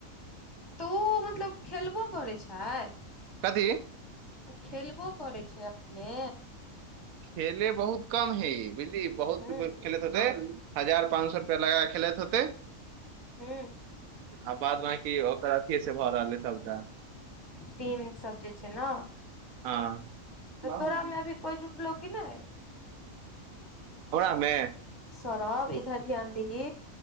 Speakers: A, on the left; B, on the right.
A: तऽ ओ मतलब खेलबो करै छैय?
B: कथी?
A: ओ खेलबो करैत छैय अपने?
B: खेेल बहुत कम हइ ई बुझलीही बहुत
A: हूँ
B: <unintelligible> होत हजार पाँंच सए रुपआ लगाक खेलैत होतय
A: हू
B: आ बाद बकी ओकर अथिये से भऽ रहल हय सबटा।
A: टीमें सब जे छैय ने?
B: हँ
A: तऽ
B: हमरा
A: तोरा मे अभी कोइ जुटलौ कि नहि
B: में?
A: सौरब इधर ध्यान देंगे।